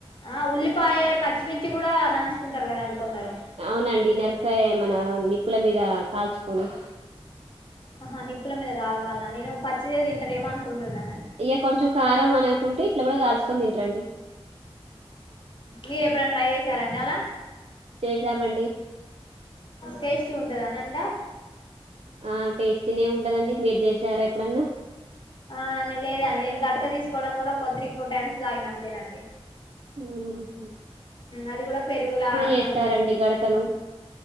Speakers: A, on the left (about 50°); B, on the right (about 75°).
A: ఆ ఉల్లిపాయే పచ్చిమిర్చి గుడా నంచుకుంటరు కదండి కొందరు
B: అవునండి మిరపకాయ మన నిప్పుల మీద కాల్చుకొని
A: ఆహా నిప్పుల మీద కాలుల్వాల్నా నేను పచ్చిదే తింటరేమో అనుకుంటున్నా
B: ఇగ కొంచం కారం అనకుంటే ఇట్ల గుడా కాల్చుకొన్ తింటరండి.
A: మీర ఎప్పుడైనా ట్రై చేసి సార్ అండాలా
B: చేసామండి
A: టేస్టీ ఉంటదాని అంట
B: ఆ టేస్ట్నే ఉంటదండి మీరు చేసారే అప్పుడున్న
A: ఆ అని లేదండి నేను గటుగా తీసుకోవడం కూడా ఒక త్రీ ఫోర్ టైమ్స్ తాగిన అంతేనండి
B: అ
A: అది కూడా పెరుగులా
B: చేస్తారండి
A: కలిపింది
B: గడకను